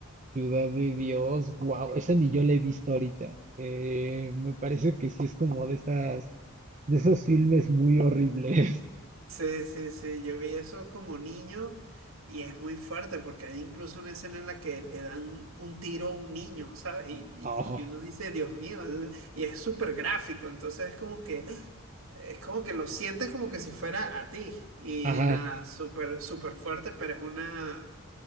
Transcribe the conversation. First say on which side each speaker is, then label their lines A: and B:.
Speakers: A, on the right (about 35°); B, on the right (about 80°).
A: Ciudad de Dios, wow, esa ni yo la he visto ahorita. Eh, me parece que sí es como de esas, de esos filmes muy horribles. <laughs>
B: Sí, sí, sí, yo vi eso como niño y es muy fuerte porque hay incluso una escena en la que le dan un tiro a un niño, ¿sabes? Y, y,
A: Oh,
B: y uno dice, Dios mío, y es súper gráfico, entonces es como que, es como que lo sientes como que si fuera a ti y
A: ajá.
B: nada, súper, súper fuerte, pero es una...